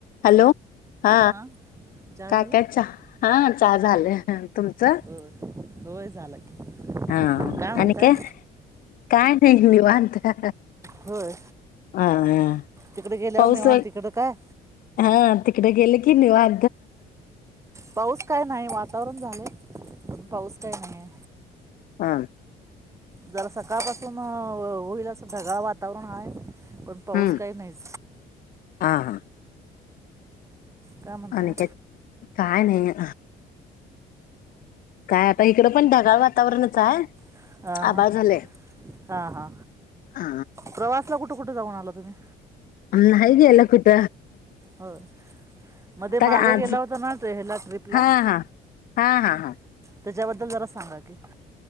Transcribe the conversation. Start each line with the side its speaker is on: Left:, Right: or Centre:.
Left: हॅलो हा
Right: हां चहा
Left: काय
Right: झाला
Left: काय च हा चहा झाले तुमचं
Right: होय होय झाला की
Left: हा
Right: काय म्हणताय
Left: आणि का काय नाहीता
Right: होय
Left: ह ह
Right: तिकडे गेल्यावर
Left: पाऊस
Right: निवांत तिकडं काय
Left: हा तिकडे गेले की नि वा
Right: पाऊस काय नाही वातावरण झालं पाऊस काय नाही आहे
Left: हा
Right: जरा सकाळपासून होईल असं ढगाळ वातावरण आहे पण पाऊस
Left: हम्म
Right: काही नाहीच
Left: हा हा
Right: काय म्हणताय
Left: आणि काय काय नाही काय आता इकडं पण ढगाळ वातावरणच आहे
Right: अ
Left: आभाळ
Right: ह
Left: झालंय
Right: हा हा
Left: हा
Right: प्रवासला कुठे कु कुठे जाऊन आला तुम्ही
Left: अम ह गयला कुट.
Right: हो मध्ये मागं
Left: का आज
Right: गेला होता ना टला ट्रिपला
Left: हा हा हा हा हा
Right: त्याच्याबद्दल जरा सांगा की